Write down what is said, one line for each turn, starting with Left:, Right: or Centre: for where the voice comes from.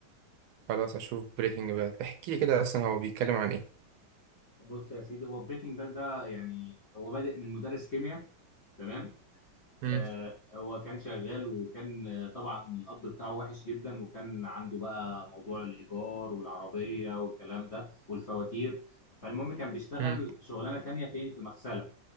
Right: خلاص أشوف بريكنج باد احكي لي كده أصلا هو بيتكلم عن إيه
Left: بص يا سيدي هو بريكنج باد ده يعني هو بادئ من مدرس كيمياء تمام
Right: مم.
Left: آه هو كان شغال وكان آه، طبعا القبض بتاعه وحش جدا وكان عنده بقى موضوع الإيجار والعربية والكلام ده والفواتير فالمهم كان بيشتغل
Right: مم.
Left: شغلانة تانية فين في مغسلة